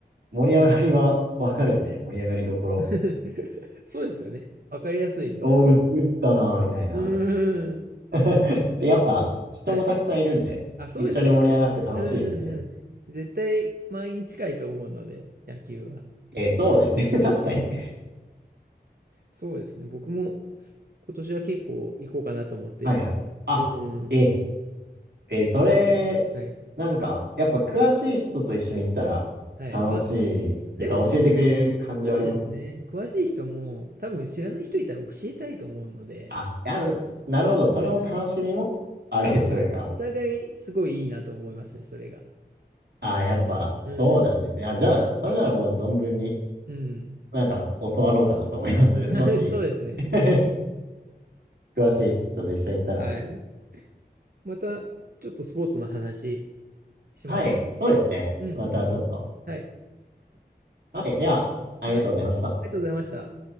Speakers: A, on the right (about 75°); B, on the right (about 60°).
A: 盛り上がりはわかるんで、盛り上がりどころ。
B: <laughs> そうですよね。わかりやすいんで。
A: おう、打ったな、みたいな。
B: うん。
A: <laughs> で、やっぱ人もたくさんいるんで、
B: はい。あ、そうですよね。
A: 一緒に盛り上がって楽しいですね。
B: うんうんうん。絶対毎日近いと思うので、野球は。
A: えーそうですね。
B: うんうん。
A: <laughs> 確かに。
B: そうですね。僕も今年は結構行こうかなと思ってるんで。
A: はいはい。あ、
B: うん。
A: え、えーそれ、
B: はい。
A: なんか、やっぱ詳しい人と一緒に行ったら楽しいっていうか教えてくれる感じはありますよね。
B: はい。あ、でも、そうですね。詳しい人も多分知らない人いたら教えたいと思うので、
A: あ、あの、なるほど。それも楽しみもあれというか、
B: うん。多分、お互いすごいいいなと思いますね、それが。
A: あ、やっぱそうなんですね。
B: うん。
A: あ、じゃあ、
B: うん。
A: それならもう存分に
B: うん
A: なんか教わろうかなと思います。
B: <laughs>
A: もし、
B: そうですね。
A: <laughs> 詳しい人と一緒に行ったら。
B: はい。また、ちょっとスポーツの話しましょ
A: はい。そうですね。
B: う。うん。
A: またちょっと。
B: はい。
A: はい。では、ありがとうございました。
B: はい。ありがとうございました。